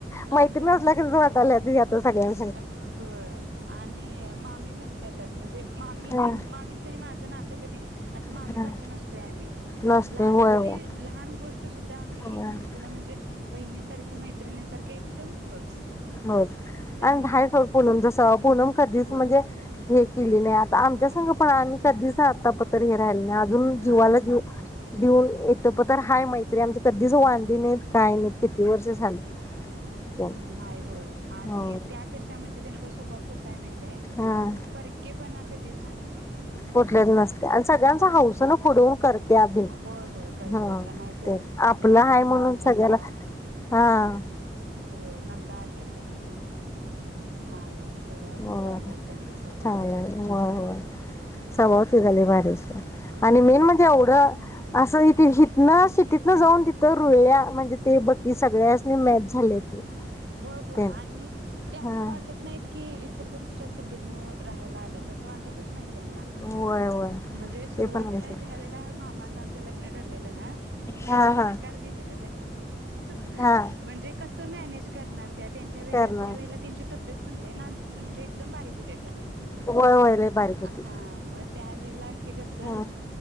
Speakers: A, on the left; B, on the right.
A: मैत्रीण
B: आमच्यातच
A: नसल्या
B: मोडतीया.
A: कस वाटाला सगळ,
B: होय आणि अ मामी म्हणत्यातच म्हणजे मामीनी
A: हा
B: मामीच अन माझ नात कधीच अस मामी
A: हा
B: -भाची नसतोय आम्ही
A: नसते
B: लहानातले
A: होय होय
B: लहान गोष्ट आता सुद्धा आम्ही
A: हा
B: एकमेकीला म्हणजे बहिणीसारखे, मैत्रिणीसारखे एकदम क्लोज
A: हो
B: त्यामुळे
A: आम्ही हाय पण पूनम जसं पूनम कधीच
B: होय
A: म्हणजे हम केली नाही आता आमच्या
B: मामींच
A: संग पण, आम्ही
B: होय
A: कधी आतापर्यंत तरी हे राहिलेल्या नात म्हणून जीवाला
B: आणि
A: जीव देऊन येतं पतर हय मैत्री आमची कधीच वांधी नाहीत, काय नाहीत किती वर्ष झालं. <unintelligible>
B: नाही आणि
A: हो
B: त्या कशा म्हणजे त्यांचा स्वभाव साय माही ते
A: हा
B: परके पणा कधी
A: कुठलेच नसते आणि सगळ्यांचा
B: असतोय
A: हौसन पुढं होऊन करते या बी
B: होय होय करते
A: हा
B: आता नाहीतर
A: ते आपलं
B: या नंदा
A: आहे म्हणून
B: आल्या
A: सगळ्याला
B: त्या
A: हां
B: होय नंदा आल्यात आहे नाही होय तेवढ्या हती
A: होय
B: चांगल्या आहेत त्यांचा स्वभाव
A: चांगलं होय होय स्वभाव तिचा लय भारी आणि
B: होय
A: मेन म्हणजे एवढं असं इथ ना सिटी ना जाऊन तिथं रुळया म्हणजे ते बकी सगळ्यासनी मॅच झाले ती
B: होय होय
A: ते
B: आणि ते अस
A: हा
B: वाटत नाही की इचलकरंजी त्या सिटी तून राहायला आल्या असं वाटतच नाही त्यांना
A: होय होय
B: म्हणजे, सुरवातीला
A: ते पण आहे सोड
B: आमच्या मामा चे लग्न ठरले ना त्या
A: हा
B: वेळेला नकार
A: हा
B: दिलेला त्यांना आम्ही म्हणजे
A: हा
B: कस मॅनेज करणार? त्या त्यांच्या वेळेला
A: करणार
B: त्या वेळेला त्यांची तब्येत पणलई नाद म्हणजे एकदम बारीक होत्या त्या.
A: होय होय लय बारीक होती
B: हा मग त्यावेळेला की कस अ
A: हा